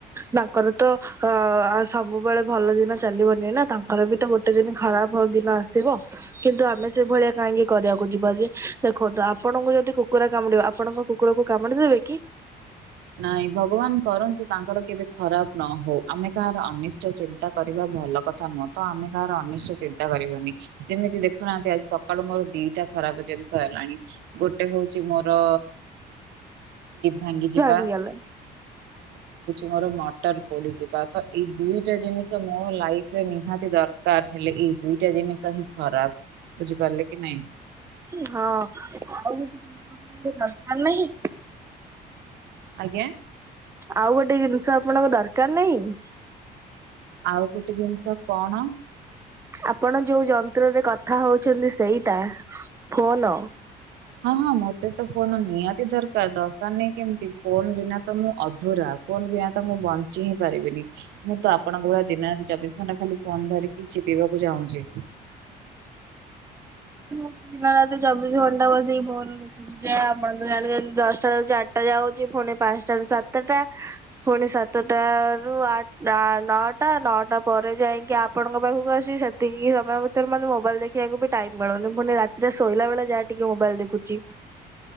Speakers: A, on the right (about 15°); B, on the right (about 80°).
A: ତାଙ୍କର ତ ଅ ସବୁବେଳେ ଭଲ ଦିନ ଚାଲିବନି ନା ତାଙ୍କର ବି ତ ବ ଗୋତେ ଦିନ ଖରାପ ଦିନ ଆସିବ କିନ୍ତୁ ଆମେ ସେଇଭଳିଆ କାହିଁକି କରିବାକୁ ଯିବା ଯେ ଦେଖନ୍ତୁ। ଆପଣଙ୍କୁ ଯଦି କୁକୁଡ଼ା କାମୁଡିବ ଆପଣଙ୍କ କୁକୁରକୁ କାମୁଡି ଦେବେ କି
B: ନାଇଁ ଭଗବାନ କରନ୍ତୁ ତାଙ୍କର କେବେ ଖରାପ ନ ହଉ ଆମେ କାହାର ଅନିଷ୍ଟ ଚିନ୍ତା କରିବା ଭଲ କଥା ନୁହଁ ତ ଆମେ କାହାର ଅନିଷ୍ଟ ଚିନ୍ତା କରିବନି। ଯେମିତି ଦେଖୁନାହାନ୍ତି ଆଜି ସକାଳୁ ମୋର ଦିଟା ଖରାପ ଜିନିଷ ହେଲାଣି ଗୋଟେ ହଉଛି ମୋର। ଭାଙ୍ଗି ଯିବ
A: ଗଲେ।
B: ମୋର ମଟର ପୋଡିଯିବା ତ ଏଇ ଦୁଇଟା ଜିନିଷ ମୋ ଲାଇରେ ନିହାତି ଦର। କ ହେଲେ ଏଇ ଦୁଇଟା ଜିନିଷ ହିଁ ଖରାପ ବୁଝିପାରିଲେ କି ନାଇଁ
A: ହଁ ଆଉ ଦରକାର ନାହିଁ।
B: ଆଜ୍ଞା।
A: ଆଉ ଗୋଟେ ଜିନିଷ ଆପଣଙ୍କ ଦରକାର ନାହିଁ।
B: ଆଉ ଗୋଟେ ଜିନିଷ କଣ
A: ଆପଣ ଯୋଉ ଯନ୍ତ୍ରରେ କଥା ହଉଛନ୍ତି ସେଇଟା ଫୋନ
B: ହଁ ହଁ ମୋତେ ତ ଫୋନ ନିହାତି ଦର ଦରକାର ନାଇଁ କେମିତି ଫୋନ ବିନା ତ ମୁଁ ଅଧୁରା ଫୋନ ବିନା ତ ମୁଁ ବଞ୍ଚି ହିଁ ପାରିବିନି। ମୁଁ ତ ଆପଣଙ୍କ ଭ ଦିନତି ଚବିଶ ଘଣ୍ଟା ଖାଲି ଫୋନ ଧରିକି ଚିପିବାକୁ ଚାହୁଁଛି।
A: ମୁଁ ଦିନ ରାତି ଚବିଶ ଘଣ୍ଟା ବସେଇକିନ ଆପଣ ଜଣ ଦଶଟାାରୁ ଚାରିଟା। ଯାଉ ପୁଣି ପାଞ୍ଚଟା ର ସାତଟା ପୁଣି ସାତଟ ରୁଠ ନଅଟା। ନଅଟା ପରେ ଯାଇକି ଆପଣଙ୍କ ପାଖକୁ ଆସିବି ସେ ସେତିକି ସମୟ ଭିତରେ ମାନେ ମୋବାଇଲ ଦେଖିବାକୁ ବି ଟାଇମ ମିଳନି ପଣି। ସେ ଶୋଇଲା ବେଳେ ଯାହା ଟିକେ ମୋବାଇଲ ଦେଖୁଛି।